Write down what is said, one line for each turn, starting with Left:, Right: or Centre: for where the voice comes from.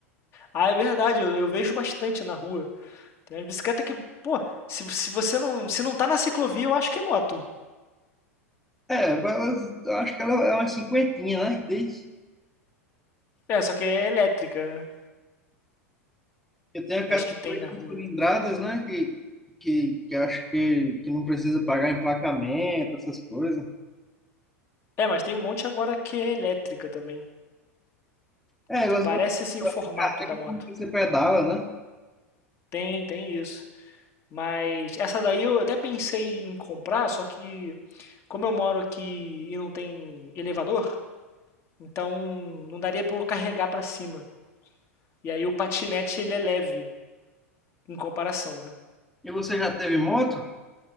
Left: Ah, é verdade, eu, eu vejo bastante na rua. Tem umas bicicleta que, pô, se, se você não, se não tá na ciclovia, eu acho que é moto.
Centre: É, mas elas- eu acho que ela é uma cinquentinha, né? Diz.
Left: É, só que é elétrica, né?
Centre: Eu tenho a categoria
Left: Acho que tem na
Centre: de
Left: rua.
Centre: cilindradas, né? Que, que, que acho que, que não precisa pagar emplacamento, essas coisas.
Left: É, mas tem um monte agora que é elétrica também,
Centre: É, elas,
Left: que parece
Centre: elas
Left: assim o formato
Centre: se
Left: da moto.
Centre: como você pedala, né?
Left: Tem, tem isso. Mas essa daí eu até pensei em comprar, só que como eu moro aqui e não tem elevador, então não daria pra eu carregar pra cima. E aí o patinete ele é leve em comparação, né?
Centre: E você já teve moto?